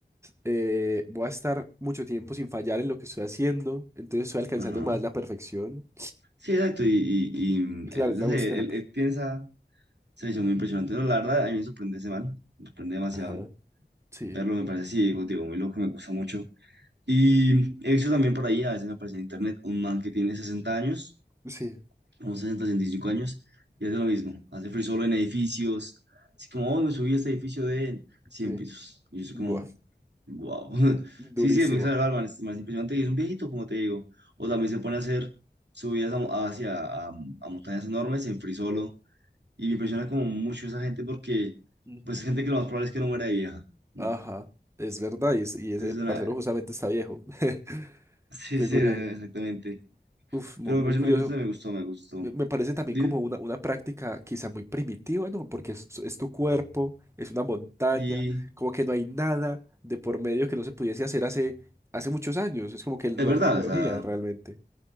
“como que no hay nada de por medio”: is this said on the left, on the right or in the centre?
Right